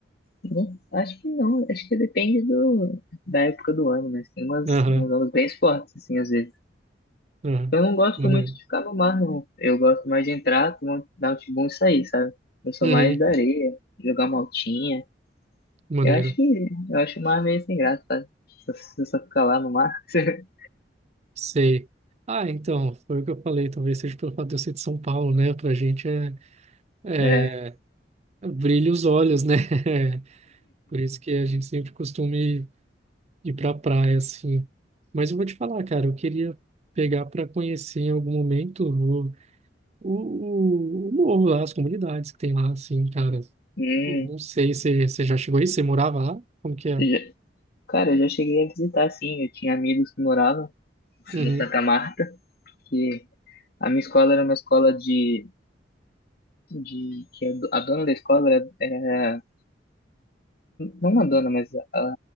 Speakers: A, on the left (about 55°); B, on the right (about 35°).
A: não- acho que não. Acho que depende do, da época do ano, mas tem umas,
B: Aham,
A: umas ondas bem fortes, assim, às vezes.
B: aham,
A: Eu não gosto
B: maneiro.
A: muito de ficar no mar, não. Eu gosto mais de entrar, tomar- um, dar um tibum e sair, sabe? Eu sou
B: Uhum,
A: mais da areia, jogar uma altinha.
B: maneiro,
A: Eu acho que eu acho o mar meio sem graça, sabe? Só, só só ficar lá no mar. <laughs>
B: sei. Ah, então, foi o que eu falei, talvez seja pelo fato de eu ser de São Paulo, né? Pra gente é, é,
A: É.
B: brilha os olhos, né? <laughs> Por isso que a gente sempre costuma ir pra praia, assim. Mas eu vou te falar, cara, eu queria pegar para conhecer em algum momento o, o, o morro lá, as comunidades que tem lá, assim, cara.
A: Hum,
B: Não sei se você já chegou aí, você morava lá? Como que é?
A: já- cara, eu já cheguei a visitar, sim. Eu tinha amigos que moravam
B: Uhum.
A: em Santa Marta, que a minha escola era uma escola de, de que a, do- a dona da escola era, era- não a dona, mas a, a